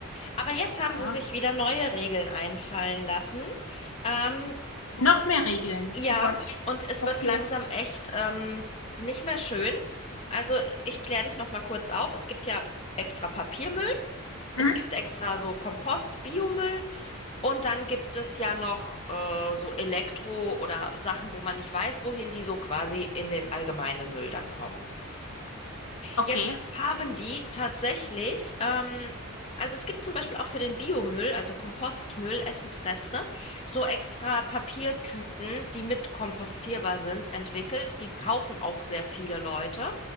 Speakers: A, on the left; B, on the left.
A: Aber jetzt
B: Ja.
A: haben sie sich wieder neue Regeln einfallen lassen. Ähm,
B: Noch mehr Regeln.
A: ja,
B: Oh Gott.
A: und es
B: Okay.
A: wird langsam echt ähm, nicht mehr schön. Also ich kläre dich noch mal kurz auf. Es gibt ja extra Papiermüll. Es
B: Mhm.
A: gibt extra so Kompost, Biomüll und dann gibt es ja noch äh, so Elektro oder Sachen, wo man nicht weiß, wohin, die so quasi in den allgemeinen Müll dann kommen.
B: Okay.
A: Jetzt haben die tatsächlich, ähm, also es gibt zum Beispiel auch für den Biomüll, also Kompostmüll, Essensreste, so extra Papiertüten, die mit kompostierbar sind, entwickelt. Die kaufen auch sehr viele Leute.